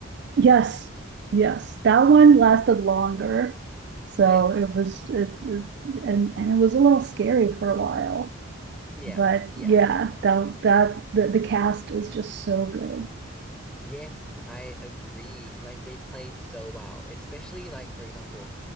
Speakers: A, on the right (about 50°); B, in the centre.
A: Yes. Yes. That one lasted longer. So
B: Yeah.
A: it was, it, it- and, and it was a little scary for a while.
B: Yeah.
A: But
B: Yeah.
A: yeah, that, that, the, the cast is just so good.
B: Yes, I agree. Like they played so well, especially like for example,